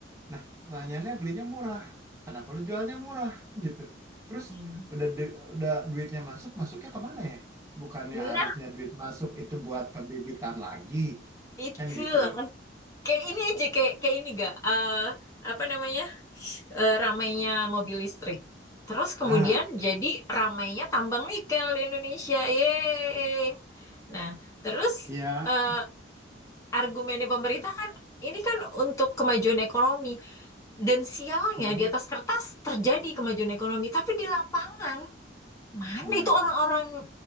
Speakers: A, on the right; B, on the left.
A: nah pertanyaannya belinya murah kenapa lu jualnya murah <laughs> gitu terus
B: hmm.
A: udah du- udah duitnya masuk masuknya kemana ya bukannya
B: nah
A: harusnya duit masuk itu buat pembibitan lagi
B: itulah
A: kan gitu
B: Kayak ini aja kayak kayak ini gak eh apa namanya eh, ramainya mobil listrik. Terus kemudian
A: nah
B: jadi ramainya tambang nikel di Indonesia. Yeay. Nah, terus
A: ya
B: eh, argumennya pemerintah kan ini kan untuk kemajuan ekonomi dan sialnya
A: hmm,
B: di atas kertas terjadi kemajuan ekonomi tapi di lapangan Mana
A: nah
B: itu orang-orang